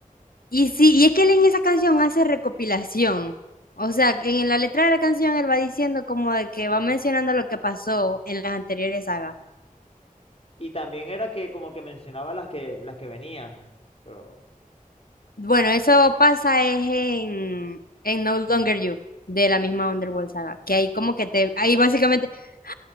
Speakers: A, on the left; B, on the left.
A: Y sí, y es que él en esa canción hace recopilación. O sea, que en la letra de la canción él va diciendo como de que va mencionando lo que pasó en las anteriores sagas.
B: Y también era que como que mencionaba las que las que venían, pero
A: Bueno, eso pasa es en, en No Longer You, de la misma Underworld saga, que ahí como que te, ahí básicamente, ¡Ah!